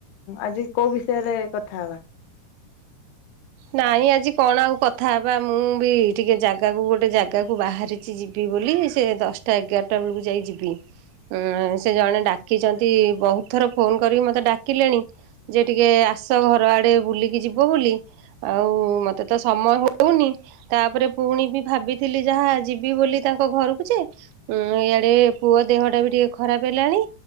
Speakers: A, on the left (about 75°); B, on the right (about 75°).
A: ଆଜି କୋଉ ବିଷୟରେ କଥା ହବା?
B: ନାଇଁ ଆଜି କଣ ଆଉ କଥା ହେବା, ମୁଁ ବି ଟିକେ ଜାଗାକୁ ଗୋଟେ ଜାଗାକୁ ବାହାରି ଚି ଯିବି ବୋଲି, ସେ ଦଶଟା ଏଗାରଟା ବେଳକୁ ଯାଇ ଯିବି। ହୁଁ, ସେ ଜଣେ ଡାକିଚନ୍ତି, ବହୁତ ଥର ଫୋନ କରିକି ମତେ ଡାକ୍ କିଲେଣି, ଯେ ଟିକେ ଆସ ଘର ଆଡ଼େ ବୁଲିକି ଯିବ ବୋଲି ଆଉ ମତେ ତ ସମୟ ହଉନି ତାପରେ ପୁଣି ବି ଭାବିଥିଲି ଯାହା, ଯିବି ବୋଲି ତାଙ୍କ ଘରକୁ ଯେ ଉଁ ଇଆଡେ ପୁଅ ଦେହଟା ବି ଟିକେ ଖରାପ ହେଲାଣି